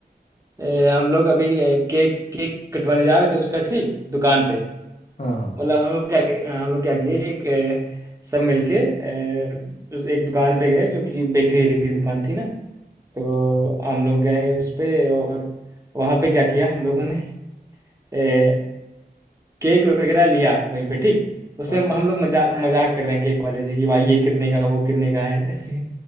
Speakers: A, on the right; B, on the left.
A: ए, हम लोग अभी ए, केक केक कटवाने जा रहे थे उसका ठीक दुकान पे
B: हाँ हाँ
A: मतलब हम लोग क्या किए हम लोग क्या किए एक ए, सब मिलके ए, उस एक दुकान पे गए जो कि बेकरी वेकरी की दुकान थी ना तो
B: हाँ
A: हम लोग गए उस पे और वहाँ पे क्या किया हम लोगों ने केक वगैरह लिया वहीं पे ठीक उसमें
B: हाँ
A: हम हम लोग मजा मजाक कर रहे हैं केक वाले से कि भाई ये कितने का वो कितने का है <laughs>